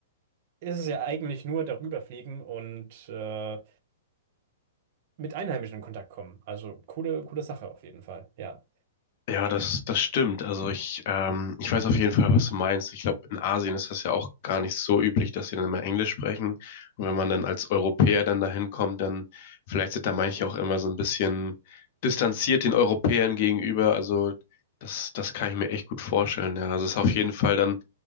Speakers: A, on the right; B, on the left.
A: ist es ja eigentlich nur darüber fliegen und äh, mit Einheimischen in Kontakt kommen. Also coole, coole Sache auf jeden Fall. Ja.
B: Ja, das, das stimmt. Also ich, ähm, ich weiß auf jeden Fall, was du meinst. Ich glaube, in Asien ist das ja auch gar nicht so üblich, dass sie dann immer Englisch sprechen. Und wenn man dann als Europäer dann dahin kommt, dann vielleicht sind da manche auch immer so ein bisschen distanziert den Europäern gegenüber. Also das, das kann ich mir echt gut vorstellen. Ja, also es ist auf jeden Fall dann